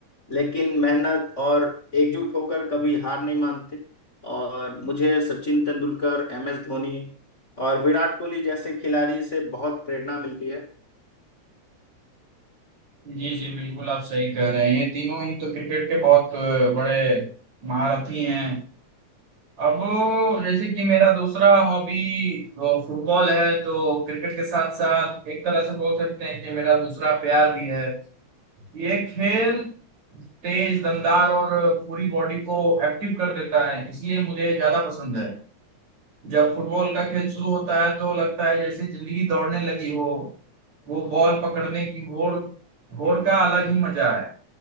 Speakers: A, on the left; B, on the right.
A: लेकिन मेहनत और एकजुट होकर कभी हार नहीं मानते और मुझे सचिन तेंदुलकर एम एस धोनी और विराट कोहली जैसे खिलाड़ी से बहुत प्रेरणा मिलती है
B: जी जी बिल्कुल आप सही कह रहे हैं ये तीनों ही तो क्रिकेट के बहुत अ, बड़े महारथी हैं अब जैसे कि मेरा दूसरा हॉबी वो फुटबॉल है तो क्रिकेट के साथ साथ एक तरह से बोल सकते हैं कि मेरा दूसरा प्यार भी है ये खेल तेज दमदार और पूरी बॉडी को एक्टिव कर देता है इसलिए मुझे ज्यादा पसंद है जब फुटबॉल का खेल शुरू होता है तो लगता है जैसे जिंदगी दौड़ने लगी हो वो बॉल पकड़ने की होड़ होड़ का अलग ही मजा है